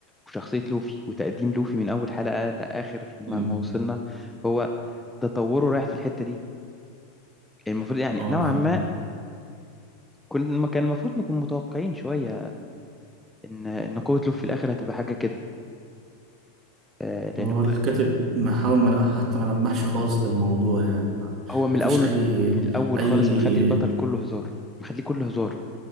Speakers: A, in the centre; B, on the right.
A: وشخصية لوفي وتقديم لوفي من أول حلقة لآخر ما
B: مم.
A: ما وصلنا هو تطوره رايح في الحتة دي المفروض يعني
B: اه
A: نوعا
B: فاهم
A: ما كنا كان المفروض نكون متوقعين شوية إن إن قوة لوب في الآخر هتبقى حاجة كده آه، لأن
B: هو
A: هو
B: الكاتب محاول ما حتى ما لمحش خالص للموضوع يعني
A: هو من
B: مفيش
A: الأول
B: أي
A: من الأول
B: أي
A: خالص مخلي البطل كله هزار مخليه كله هزار